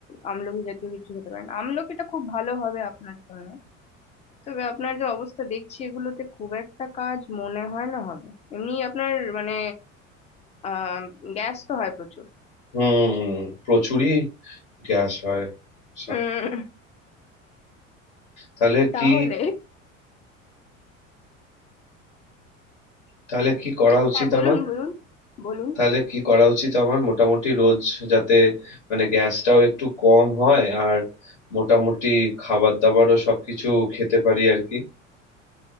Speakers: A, on the left; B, on the left.
A: আমলকি জাতীয় কিছু খেতে পারেন আমলকিটা খুব ভালো হবে আপনার জন্য তবে আপনার যে অবস্থা দেখছি এগুলোতে খুব একটা কাজ মনে হয় না হবে এমনি আপনার মানে আহ গ্যাস তো হয় প্রচুর
B: হুম প্রচুরই গ্যাস হয় সা-
A: উম,
B: তাহলে
A: তাহলে
B: কি তাহলে কি করা উচিত
A: হ্যাঁ বলুন
B: আমার
A: বলুন বলুন
B: তাহলে কি করা উচিত আমার মোটামুটি রোজ যাতে মানে গ্যাসটাও একটু কম হয় আর মোটামুটি খাবার দাবারও সবকিছু খেতে পারি আর কি